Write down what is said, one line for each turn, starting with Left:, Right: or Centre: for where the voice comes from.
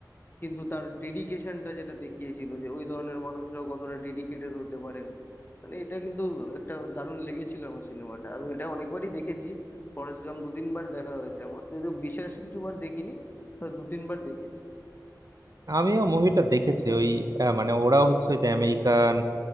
Left: কিন্তু তার ডেডিকেশনটা যেটা দেখিয়েছিল যে ওই ধরনের মানুষরাও কতটা ডেডিকেটেড হতে পারেন মানে এটা কিন্তু একটা দারুণ লেগেছিল আমার সিনেমাটা আমি এটা অনেকবারই দেখেছি ফরেস্ট গাম দু তিনবার দেখা হয়েছে আমার যদিও বিশেষ কিছু বার দেখিনি তো দু তিনবার দেখেছি
Right: আমিও মুভিটা দেখেছি ওই আহ, মানে ওরা হচ্ছে ওই যে আমেরিকান